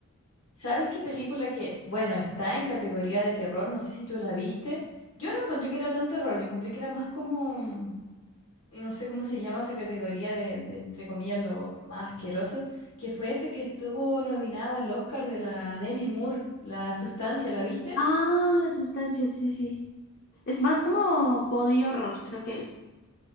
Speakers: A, on the left; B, on the left.
A: ¿Sabes qué película que, bueno, está en categoría de terror? No sé si tú la viste. Yo no encontré que era tan terror, yo encontré que era más como, un- no sé cómo se llama esa categoría de, de, entre comillas, lo más asqueroso, que fue este que estuvo nominada al Oscar de la Demi Moore, La Sustancia, ¿la viste?
B: Ah, la sustancia, sí, sí, sí. Es más como body horror, creo que es.